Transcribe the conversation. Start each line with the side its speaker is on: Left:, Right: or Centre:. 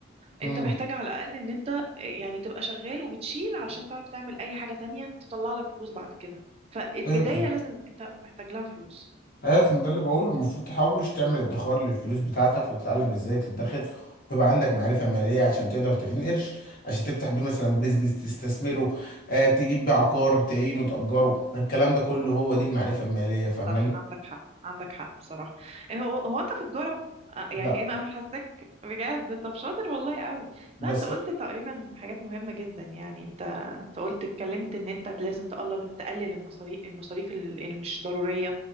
Left: امم
Right: انت محتاج على الاقل ان انت اه، يعني تبقى شغال وبتشيل عشان تعرف تعمل اي حاجة تانية تطلع لك فلوس بعد كده فالبداية
Left: ايوه
Right: لازم انت محتاج لها فلوس
Left: ايوه ما ده اللي بقوله المفروض تحوش تعمل ادخار للفلوس بتاعتك وتتعلم ازاي تدخر ويبقى عندك معرفة مالية عشان تقدر تعين قرش عشان تفتح بيه مثلا بيزنس تستثمره آه تجيب بيه عقار تعينه تأجره الكلام ده كله هو دي المعرفة المالية فاهماني
Right: صح عندك حق عندك حق بصراحة إيه هو هو انت في تجارة آه، يعني
Left: لا
Right: انا أنا حاساك بجد طب شاطر والله قوي
Left: بس
Right: لا انت قلت تقريبا حاجات مهمة جدا يعني انت انت قلت اتكلمت ان انت لازم تقلل تقلل المصاريف المصاريف ال- اللي مش ضرورية